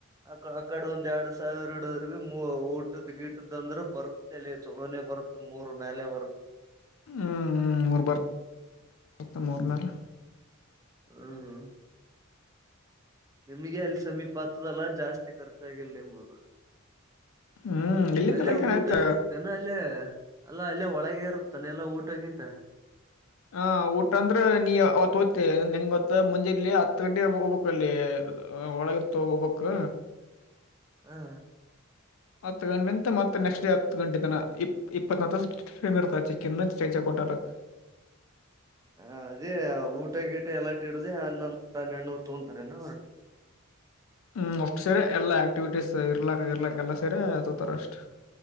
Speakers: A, on the right; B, on the left.
A: ಅ ಆ ಕಡೆ ಒಂದ್ ಎರಡ್ ಸಾವಿರ ಎರಡದ್ ಭ ಊಟದ ಗಿಟದ ಅಂದ್ರೆ ಬರುತ್ತಲ ಚಲೋನೆ ಬರುತ್ತ ಮೂರ್ ಮೇಲೆ ಬರುತ್ತೆ
B: ಹ್ಞ ಅವರು ಬರ್ ಬರ್ತ ಮೂರ ಮೇಲೆ
A: ಹ್ಮ್ <inaudible> ನಿಮ್ಗೆ ಅಲ್ಲಿ ಸಮೀಪ ಹತ್ತದಲ್ಲ ಜಾಸ್ತಿ ಖರ್ಚಾಗಿರ್ಲಿ ನಿಂಬುದು
B: ಹ್ಮ್ ಇಲ್ಲಿಂದಲಕ
A: ಅಲ್ಲೇ ಊಟ
B: ಆಯ್ತ
A: ಇರುತ್ತೆನೆ ಅಲ್ಲ ಅಲ್ಲೇ ಅಲ್ಲ ಅಲ್ಲೇ ಒಳಗೆ ಇರುತ್ತಾನೆ ಎಲ್ಲಾ ಊಟಗಿಟ್ಟ
B: ಹ ಊಟ ಅಂದ್ರೆ ನೀ ಅವತ್ತು ಓದ್ತ ನಂಗತ್ ಮುಂಜೆಲ್ಲಿ ಹತ್ತು ಗಂಟೆ ಹೋಗ್ಬೇಕಲ್ಲಿ ಒಳಗೆ ಹೋಗಬೇಕು
A: ಹಾ
B: ಹತ್ತು ಗಂಟೆ ಅಂತ ಮತ್ತೆ ನೆಕ್ಸ್ಟ್ ಡೇ ಹತ್ತು ಗಂಟೆ ತನ ಇಪ್ ಇಪ್ಪ ಮರ್ತಾೆಿನ್ನ <unintelligible> ಚೈಚೆ ಕೋಟಲ್ಲಕ್
A: ಹ ಅದೇ ಊಟ ಗೀಟ ಎಲ್ಲಾಟಿ ಇಡ್ದ ಹನ್ನೊಂದು ಹನ್ನೆರಡ್ನೂರ್ ತೊಗೊಂತಾರೆ ನ
B: ಹ್ಮ್ ಅಷ್ಟ್ ಸೇರಿ ಎಲ್ಲಾ ಆಕ್ಟಿವಿೀಸ್ ಇರ್ಲಾಕ್ ಇರ್ಲಾಕ್ ಎಲ್ಲಾ ಸರಿ ಆೊತಾರ ಅಷ್ಟ್